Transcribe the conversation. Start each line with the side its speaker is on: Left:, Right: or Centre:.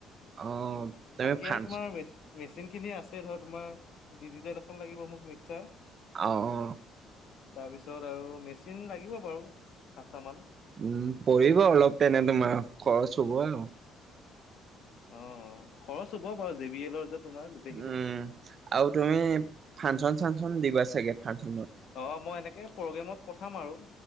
Right: অ তুমি
Left: বাকী
Right: ফ্ৰান্স
Left: আৰু তোমাৰ মেচি মেচিন খিনি আছে ধৰ তোমাৰ ডিজিটেল এখন লাগিব মোক মিক্সাৰ।
Right: আ অহ।
Left: তাৰপিছত আৰু মেচিন লাগিব বাৰু সাতটা মান।
Right: উম, পৰিব অলপ তেনে তোমাৰ খৰচ হ'ব আৰু।
Left: অঁ খৰচ হ'ব বাৰু জে বি এলৰ যে তোমাৰ গোটেইখিনি
Right: উম আও তুমি ফানচন চানচন দিবা চাগে ফানচনত।
Left: অঁ মই এনেকে প্ৰগ্ৰেমত পঠাম আৰু